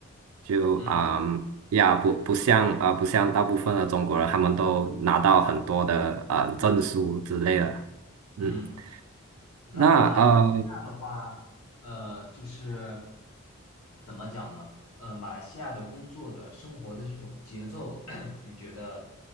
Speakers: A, on the right (about 75°); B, on the left (about 80°).
A: 就啊、
B: 嗯
A: 呀不不像啊、呃不像大部分的中国人，他们都拿到很多的呃证书之类的，嗯，
B: 嗯。那马来西亚的话，
A: 那呃。
B: 呃，就是怎么讲呢？呃，马来西亚的工作的生活的这种节奏，<coughs> <clears throat> 你觉得